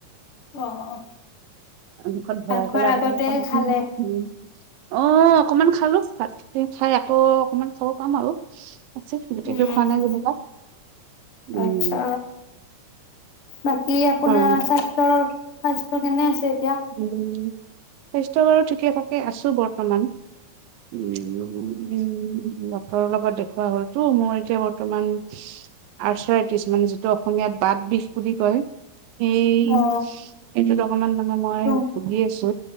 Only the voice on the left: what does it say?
অ অ
ভাত
খোৱাৰ
আগতে
খালে
উম
আচ্ছা বাকী আপোনাৰ
স্বাস্থ্যৰ স্বাস্থ্য কেনে আছে এতিয়া
অ
টো